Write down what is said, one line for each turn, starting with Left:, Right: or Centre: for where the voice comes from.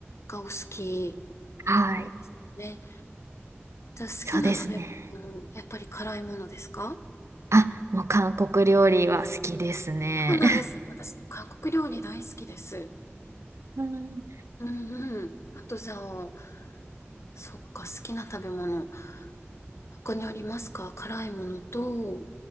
Left: がお好き
Right: はい。
Left: なんですね。じゃあ、好きな食べ物やっぱり辛いものですか
Right: そうですね。あ、もう韓国料理は好きですね。
Left: そうなんですね私、韓国料理大好きです。
Right: <laughs> うん
Left: うんうん。あと、じゃあ、そっか、好きな食べ物。他にありますか辛いものと。